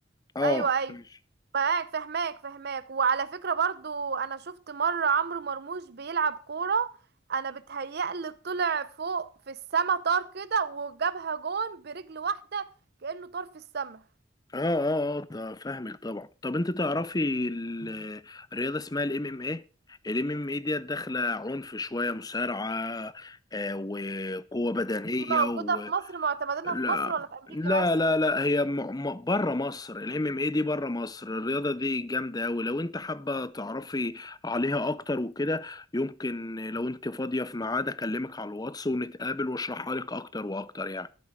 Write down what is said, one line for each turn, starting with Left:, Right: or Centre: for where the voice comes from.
Left: اه
Right: ايوه ايوه
Left: ماشي
Right: معاك فهماك فهماك وعلى فكرة برضو انا شفت مرة عمرو مرموش بيلعب كورة انا بتهيألي طلع فوق في السما طار كده وجابها جون برجل واحدة كأنه طار في السما
Left: اه اه اه طب فاهمك طبعا طب انت تعرفي ال- الرياضه اسمها الام ام ايه الام ام ايه ديت داخله عنف شويه مصارعه آه وقوه بدنيه
Right: دي موجودة
Left: و
Right: في مصر معتمدينها
Left: لا
Right: في مصر ولا في امريكا
Left: لا
Right: بس
Left: لا لا هي م... م... بره مصر الام ام ايه دي بره مصر الرياضه دي جامده قوي لو انت حابه تعرفي عليها اكتر وكده يمكن لو انت فاضيه في ميعاد اكلمك على الواتس ونتقابل واشرحها لك اكتر واكتر يعني